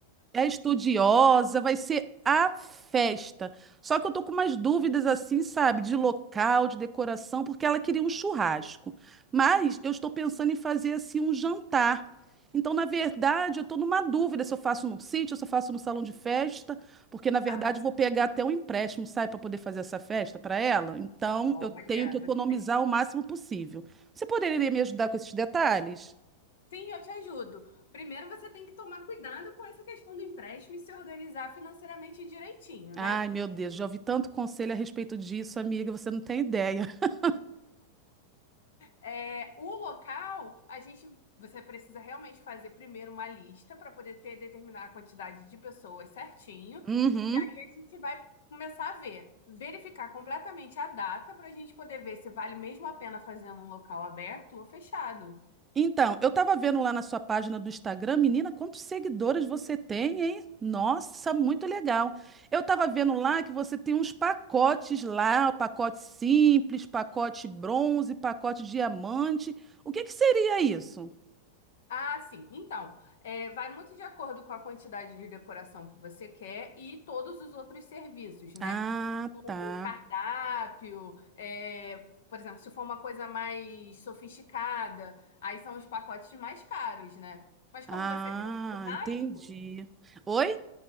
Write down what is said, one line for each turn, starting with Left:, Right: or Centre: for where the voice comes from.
Right: É estudiosa, vai ser a festa. Só que eu tô com umas dúvidas assim, sabe, de local, de decoração, porque ela queria um churrasco. Mas eu estou pensando em fazer assim um jantar. Então, na verdade, eu tô numa dúvida se eu faço num sítio, se eu faço no salão de festa, porque na verdade
Left: lá. Ah,
Right: eu vou pegar até um empréstimo, sabe, para poder fazer essa festa para ela. Então,
Left: olha,
Right: eu tenho que economizar
Left: você tem...
Right: o máximo possível. Você poderia me ajudar com esses detalhes?
Left: Sim, eu te ajudo. Primeiro você tem que tomar cuidado com essa questão do empréstimo e se organizar financeiramente direitinho,
Right: Ai,
Left: né?
Right: meu Deus, já ouvi tanto conselho a respeito disso, amiga, você não tem ideia. <laughs>
Left: É, o local, a gente, você precisa realmente fazer primeiro uma lista para poder ter, determinar a quantidade de pessoas certinho.
Right: Uhum.
Left: E aí a gente vai começar a ver, verificar completamente a data para a gente poder ver se vale mesmo a pena fazer num local aberto ou fechado.
Right: Então, eu tava vendo lá na sua página do Instagram, menina, quantos seguidores você tem, hein? Nossa, muito legal. Eu tava vendo lá que você tem uns pacotes lá, pacote simples, pacote bronze, pacote diamante. O que que seria isso?
Left: Ah, sim. Então, é, vai muito de acordo com a quantidade de decoração que você quer e todos os outros serviços, né?
Right: Ah,
Left: o
Right: tá.
Left: cardápio, é, por exemplo, se for uma coisa mais sofisticada, aí são os pacotes mais caros, né? Mas
Right: Ah,
Left: como você quer um churrasco,
Right: entendi. Oi?